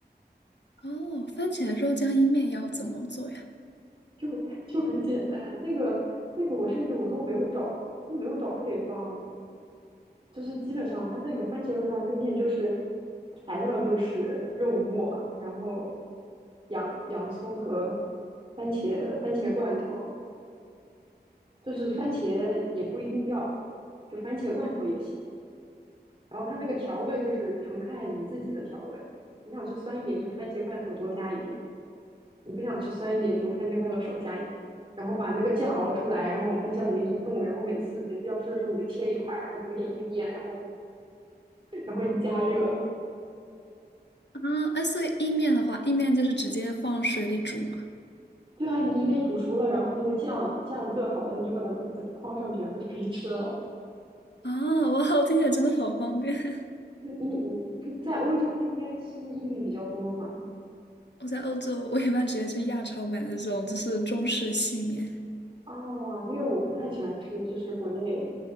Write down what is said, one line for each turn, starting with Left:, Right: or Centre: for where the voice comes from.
Left: <laughs> 哦，番茄肉酱意面要怎么做呀？
Right: 就 <laughs> 就很简单。那个那个我甚至我都没有找都没有找配方，就是基本上它那个番茄肉酱意面就是材料就是肉末，然后洋洋葱和番茄番茄罐头，就是番茄也不一定要，
Left: 哦。
Right: 就番茄罐头也行。然后它那个调味就是纯看你自己的调味，你想吃酸一点就番茄罐头多加一点，你不想吃酸一点就番茄罐头少加一点，然后把那个酱熬出来，然后往冰箱里面一冻，然后每次每次要吃的时候你就切一块，然后煮点意面，然后然后一加热，
Left: 啊，哎，所以意面的话，意面就是直接放水里煮嘛。
Right: 对啊，你意面煮熟了，然后那个酱酱热好了，你就把它把它框上去，然后就可以吃了。
Left: 啊，哇，我听起来真的好方便。<laughs>
Right: 对你你在欧洲不应该吃意面比较多吗？
Left: 我在欧洲，我一般直接去亚超买那种就是中式细面。
Right: 啊，因为我不太喜欢吃，就是国内，